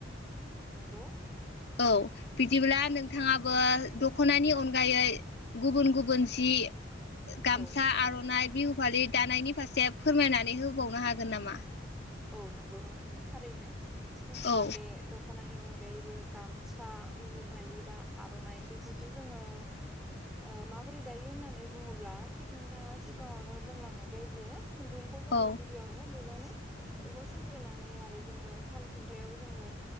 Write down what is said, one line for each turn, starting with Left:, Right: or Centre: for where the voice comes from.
Centre: नोंगौ
Left: औ बिदिब्ला नोंथाङाबो दख'नानि अनगायै गुबुन गुबुन जि <inaudible> गामसा
Centre: औ
Left: आर'नाइ बिहु फालि दानायनि फारसे फोरमायनानै होबावनो हागोन नामा?
Centre: औ नों गौ नोंथां थारैनो जोंहा
Left: औ
Centre: बे दख'नानि अनगायैबो गामसा बिहु फालि बा आर'नाइ बेफोरखौ जोङो ओ माबोरै दायो होननानै बुङोब्ला थिग नोंथाङा सिगाङावनो बुंलांनाय बायदिनो खुन्दुंखौ जोङो
Left: औ
Centre: गिबियावनो लुनानै बेखौ सोंग्रोनानै आरो जोङो साल खुन्थायाव जोङो